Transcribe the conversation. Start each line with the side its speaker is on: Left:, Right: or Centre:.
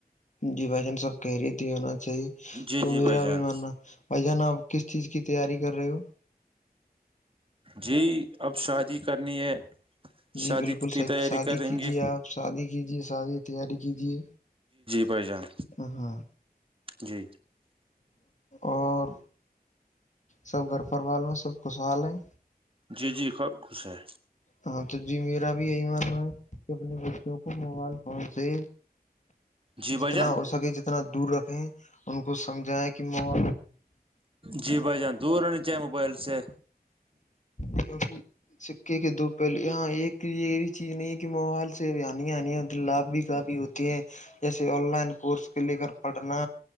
Left: جی بھائی جان سب خیرت ہی ہونا چاہیے
Right: جی
Left: تو
Right: جی
Left: میرا
Right: بھائی جان
Left: بھی ماننا بھائی جان آپ کس چیز کی تیاری کر رہے ہو
Right: جی اب شادی کرنی ہے
Left: جی
Right: شادی
Left: بالکل
Right: کی تیاری
Left: شادی
Right: کریں
Left: کیجیے
Right: گے
Left: آپ شادی کیجیے شادی کی تیاری کیجیے
Right: بھالی جان
Left: ہاں
Right: جی
Left: اور سب گھر پروار میں سب خوشحال ہیں
Right: جی جی سب خوش ہے
Left: ہاں تو جی میرا بھی یہی ماننا ہے کہ اپنے بچوں کو موبائل فون سے
Right: جی بھائی
Left: جتنا
Right: جان
Left: ہو سکے جتنا دور رکھیں ان کو سمجھائیں کہ م
Right: جی بھائی جان دور ن چے موبائل سے
Left: <unintelligible> سکے کے دو پہلے یہاں ایک ایی چیز نہیں ہے کہ موبائل سے آانییا آنی ہوتی لابھ بھی کافی ہوتا ہوتی ہے جیسے آن لائن کورس کے لے کر پڑھنا